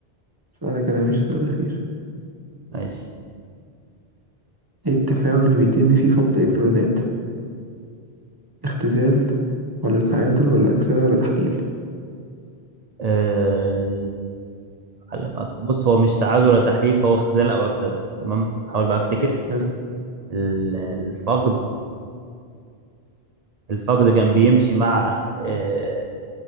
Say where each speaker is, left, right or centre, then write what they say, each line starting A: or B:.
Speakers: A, on the right; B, on the right.
A: سؤالك انا مش سؤال اخير
B: ماشي
A: ايه التفاعل اللي بيتم فيه فقد الكترونات اختزال ولا تعادل ولا اكسدة ولا تحليل
B: آه، العلامات بص هو مش تعادل ولا تحليل فهو اختزال او اكسده تمام حاول بقى افتكر
A: حلو
B: ال- الفقد الفقد كان بيمشي مع آه،